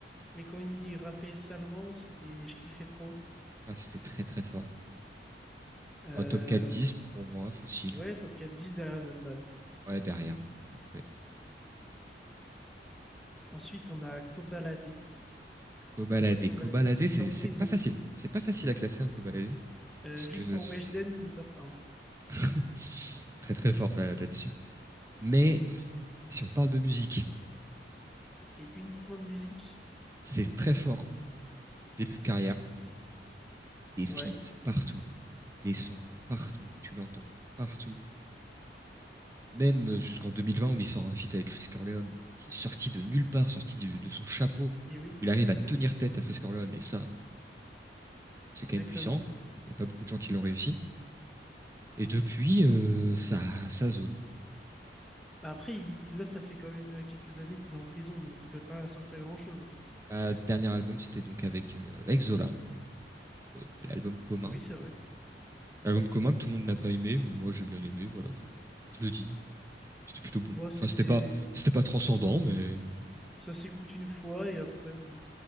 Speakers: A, in the centre; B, on the right.
A: mais quand il rappait salement, c'était, je kiffais trop.
B: Ah, c'était très très fort.
A: Euh,
B: Un top quatre dix pour moi, facile.
A: Ouais, top 4-10 derrière Zandane.
B: Ouais, derrière. Parfait.
A: Ensuite, on a Kobalade.
B: Cobaladé.
A: Kobalade
B: Cobaladé,
A: qui
B: c'est
A: est en prison.
B: c'est pas facile. C'est pas facile à classer un cobaladé.
A: Euh,
B: Parce
A: juste
B: que
A: pour
B: c'est
A: Weshden, il est top 1.
B: <laughs> très très fort là- là-dessus. Mais si on parle de musique,
A: Et uniquement de musique.
B: c'est très fort. Début de carrière, des feats
A: Ouais,
B: partout, des sons partout, tu l'entends partout. Même jusqu'en 2020 où il sort un feat avec Frisk Orleans, qui est sorti de nulle part, sorti du- de son chapeau.
A: et oui,
B: Il arrive à tenir tête à Frisk Orleans et ça, c'est
A: exactement.
B: quand même puissant. Il n'y a pas beaucoup de gens qui l'ont réussi. Et depuis, euh, ça, ça zone.
A: Bah Après, il- là, ça fait quand même quelques années qu'il est en prison, donc il peut pas sortir grand-chose.
B: Ma dernier album, c'était donc avec, euh, avec Zola, euh, l'album commun.
A: Oui, c'est vrai.
B: L'album commun que tout le monde n'a pas aimé, mais moi j'ai bien aimé, voilà, je, je le dis. C'était plutôt bon.
A: Bon, c'était...
B: Enfin, c'était pas, c'était pas transcendant, mais
A: Ça s'écoute une fois, et après... bon.